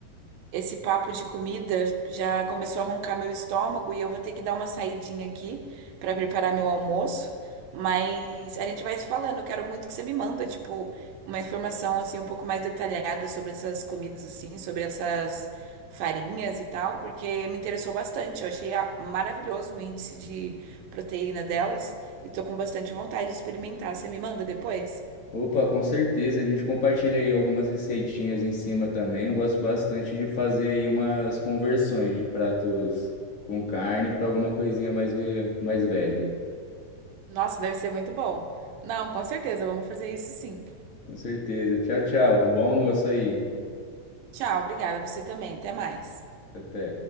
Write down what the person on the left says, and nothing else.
Opa, com certeza. A gente compartilha aí algumas receitinhas em cima também. Eu gosto bastante de fazer aí umas conversões de pratos com carne para alguma coisinha mais, ve- mais veg.
Com certeza. Tchau, tchau. Um bom almoço aí.
Até.